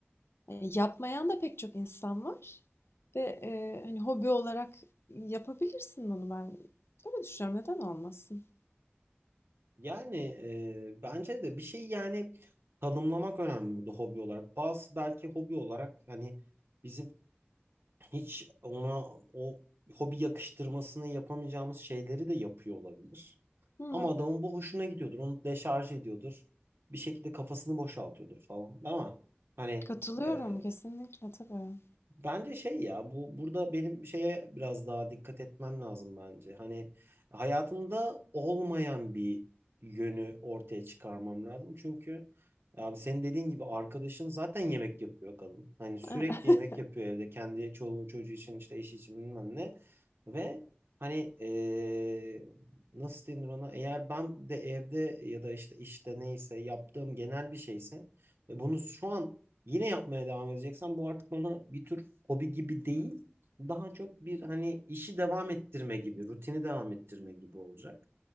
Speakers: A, on the left; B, on the right.
A: e, yapmayan da pek çok insan var. Ve e, hani hobi olarak yapabilirsin bunu ben. Öyle düşünüyorum. Neden olmasın?
B: Yani e, bence de bir şey yani tanımlamak önemli burada hobi olarak. Bazı belki hobi olarak hani bizim hiç ona o hobi yakıştırmasını yapamayacağımız şeyleri de yapıyor olabilir.
A: Hı,
B: Ama adamın bu hoşuna gidiyordur. Onu deşarj ediyordur. Bir şekilde kafasını boşaltıyordur falan. Ama hani
A: katılıyorum
B: e,
A: kesinlikle tabii.
B: Bence şey ya bu burada benim şeye biraz daha dikkat etmem lazım bence. Hani hayatımda olmayan bir yönü ortaya çıkarmam lazım. Çünkü abi senin dediğin gibi arkadaşın zaten yemek yapıyor kadın. Hani sürekli
A: <laughs>
B: yemek yapıyor evde kendi çoluğu çocuğu için işte eşi için bilmem ne. Ve hani eee, nasıl denir ona eğer ben de evde ya da işte işte neyse yaptığım genel bir şeyse ve bunu şu an yine yapmaya devam edeceksen bu artık bana bir tür hobi gibi değil. Daha çok bir hani işi devam ettirme gibi, rutini devam ettirme gibi olacak.